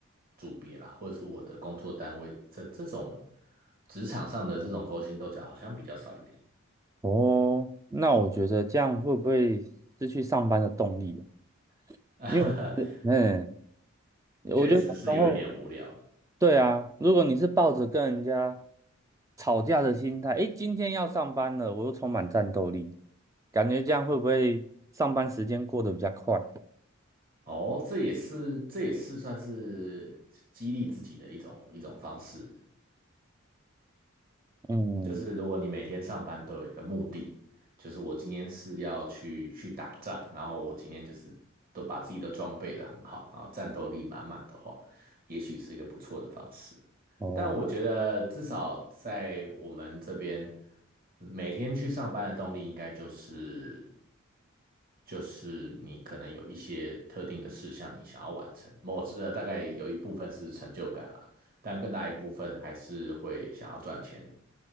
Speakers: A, on the right; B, on the right.
A: 组别啦，或者是我的工作单位，这这种职场上的这种勾心斗角好像比较少一点。
B: 哦。那我觉得这样会不会失去上班的动力啊？
A: <laughs>
B: 因为我是嗯，我觉得然后，
A: 确实是有一点无聊。
B: 对啊，如果你是抱着跟人家吵架的心态，诶，今天要上班了，我又充满战斗力，感觉这样会不会上班时间过得比较快？
A: 哦，这也是这也是算是激励自己的一种一种方式。
B: 嗯，
A: 就是如果你每天上班都有一个目的，就是我今天是要去去打仗，然后我今天就是都把自己的装备的很好，然后战斗力满满的话，也许是一个不错的方式。
B: 哦，
A: 但我觉得至少在我们这边，每天去上班的动力应该就是就是你可能有一些特定的事项你想要完成，某呃大概有一部分是成就感啦。但更大一部分还是会想要赚钱、